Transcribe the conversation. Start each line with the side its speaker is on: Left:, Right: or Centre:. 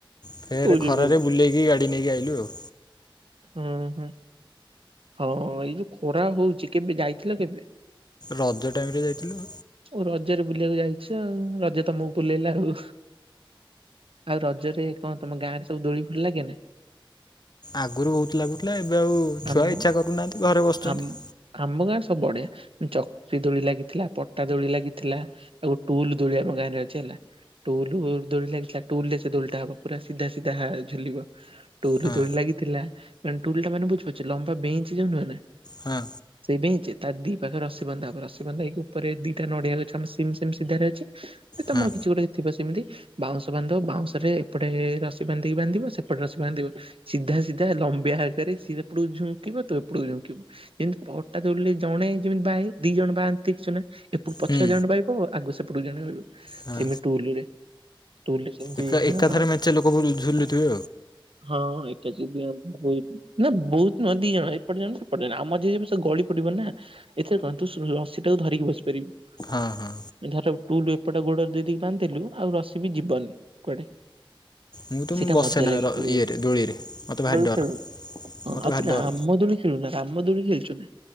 Left: ଫେର୍
Right: କୋଉ ଜାଗାକୁ
Left: ଖରାରେ ବୁଲେଇକି ଗାଡ଼ି ନେଇକି ଆଇଲୁ ଆଉ।
Right: ହୁଁ ହୁଁ ହଁ ଏଇ ଯୋଉ ଖରା ହଉଛି କେବେ ଯାଇଥିଲ କେବେ?
Left: ରଜ ଟାଇମ ରେ ଯାଇଥିଲୁ।
Right: ଓ ରଜରେ ବୁଲିବାକୁ ଯାଇଛ ଆଉ ରଜ ତମକୁ ବୁଲେଇଲା ଆଉ। ଆଉ ରଜରେ କଣ ତମ ଗାଁରେ ସବୁ ଦୋଳି ଫୋଳି ଲାଗେ ନା।
Left: ଆଗରୁ ବହୁତ ଲାଗୁଥିଲା ଏବେ ଆଉ ଛୁଆ
Right: ଆମ
Left: ଇଚ୍ଛା କରୁନାହାନ୍ତି ଘରେ ବସୁଛନ୍ତି।
Right: ଆମ ଆମ ଗାଁରେ ବଢିଆ ଚକ୍ରି ଦୋଳି ଲାଗିଥିଲା ପଟା ଦୋଳି ଲାଗିଥିଲା ଆଉ ଟୁଲ ଦୋଳି ଆମ ଗାଁରେ ଅଛି ହେଲା। ଟୁଲୁ ଦୋଳି ଲାଗିଥିଲା ଟୁଲ ରେ ସେ ଦୋଳିଟା ହବ ପୁରା ସିଧା ସିଧା ଝୁଲିବ ଟୁଲ
Left: ହଁ
Right: ଦୋଳି ଲାଗି। ଥିଲା ମାନେ ଟୁଲ ଟା ମାନେ ବୁଝି ପାରୁଛ ଲମ୍ବା ବେଞ୍ଚ ଯୋଉ ନୁହଁ ନା।
Left: ହଁ
Right: ସେଇ ଟା ହିଁ ଯେ ତା ଦି ପାଖରେ ରସି ବନ୍ଧା ହବ ରସିବନ୍ଧା ହେଇକି ଉପରେ ଦିଇଟା ନଡିଆ ଗଛ ଆମ ସେମ ସେମ ସିଧାରେ ଅଛି। ତମର
Left: ହଁ
Right: କିଛି ଗୋଟେ ଥିବ ସେମିତି ବାଉଁଶ ବାନ୍ଧ ବାଉଁଶ ରେ ଏପଟେ ରସି ବାନ୍ଧିକି ବାନ୍ଧିବ ସେ। ସେପଟେ ରସି ବାନ୍ଧିବ ସିଦ୍ଧା। ସିଧା ଲମ୍ବିଆ ଆକାରେ ସିଏ ସେପଟକୁ ଝୁଙ୍କକିବ ତୁ ଏପଟକୁ ଝୁଙ୍କିବୁ ଯେମିତି ପଟା ଦୋଳି ରେ ଜଣେ ଯେମିତି। ବାଏ ଦି ଜଣ ବାଆ ନ୍ତି ଦେଖୁଚୁ ନା। ଏପଟୁ ପଛୁଆ
Left: ହୁଁ
Right: ଜଣେ ବାଇବ ଆଗୁ ସେପଟୁ ଜଣେ ବାଇବ
Left: ହଁ
Right: ସେମିତି ଟୁଲ ରେ। ଟୁଲ ରେ ସେମିତି
Left: ଏକା
Right: ଦିଅଣ
Left: ଏକାଥରେ ମେଞ୍ଚେ ଲୋକ ଝୁଲୁଥିବେ
Right: ହଁ ଏ। ନା ବହୁତ ନୁହଁ ଦି ଜଣ ଏପଟେ ଜଣେ ସେପଟେ ଆଉ ମଝିରେ ବି ସବୁ ଗଳି ପଡିବ ନା। ଏଥିରେ କଣ ତୁ ରଶୀଟାକୁ ଧରିକି ବସିପାରିବୁ।
Left: ଆଉ ହଁ ହଁ
Right: ଧର ଟୁଲୁ ଏପଟେ ଗୋଡରେ ଦେଇ ଦେଇକି ବାନ୍ଧି ଦେଲୁ ଆଉ ରସିି ବି ଯିବନି କୁଆଡେ।
Left: ମୁଁ ତ
Right: ସେଇଟା
Left: ମୁଁ ବସେନା
Right: ମଜା ଲାଗେ ଖେଳିବାକୁ
Left: ଇଏରେ ଦୋଳିରେ। ମୋତେ ଭାରି
Right: ଦୋଳି
Left: ଡର
Right: ଖେଳୁନୁ।
Left: ମୋତେ
Right: ଆଉ
Left: ଭାରି
Right: ତୁ ରାମ
Left: ଡର
Right: ଦୋଳି ଖେଳୁ ନା ରାମ ଦୋଳି ଖେଳିଛୁ ନା?